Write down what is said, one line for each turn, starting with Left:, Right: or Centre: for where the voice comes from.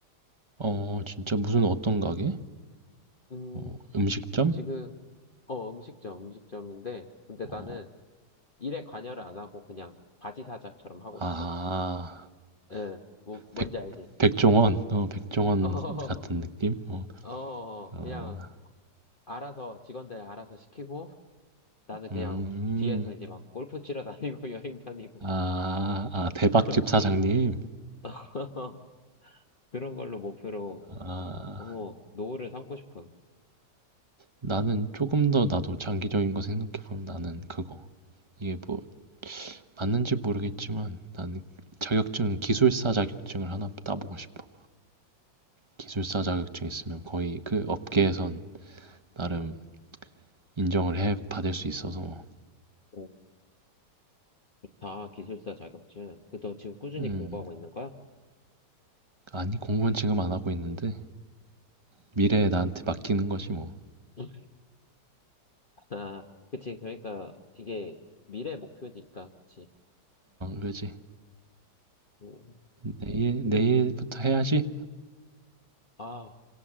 Right: 어, 진짜 무슨 어떤 가게?
Left: 음,
Right: 어, 음식점?
Left: 지금, 어, 음식점, 음식점인데, 근데
Right: 어,
Left: 나는 일에 관여를 안 하고 그냥 바지사자처럼 하고
Right: 아,
Left: 싶어. 응, 뭐, 뭔지
Right: 백,
Left: 알지?
Right: 백종원, 어, 백종원
Left: <laughs>
Right: 같은 느낌? 어,
Left: 어, 어,
Right: 어,
Left: 그냥 알아서 직원들 알아서 시키고 나는 그냥
Right: 음,
Left: 뒤에서 이제 막 골프 치러 다니고 <laughs> 여행 다니고
Right: 아, 아, 대박집
Left: 그런 거
Right: 사장님.
Left: <laughs> 그런 걸로 목표로
Right: 아,
Left: 어, 노후를 삼고 싶은
Right: 나는 조금 더 나도 장기적인 거 생각해보면 나는 그거. 이게 뭐, 맞는지 모르겠지만 나는 자격증, 기술사 자격증을 하나 따보고 싶어. 기술사 자격증 있으면 거의 그 업계에선 나름 인정을 해 받을 수 있어서 뭐.
Left: 오, 다 기술사 자격증. 그 너 지금 꾸준히
Right: 음
Left: 공부하고 있는 거야?
Right: 아니 공부는 지금 안 하고 있는데 미래에 나한테 맡기는 거지 뭐 어
Left: <laughs> 아, 그치. 그러니까 이게 미래 목표니까, 그치.
Right: 그지
Left: 음.
Right: 내일
Left: 근데,
Right: 내일부터 해야지
Left: 아,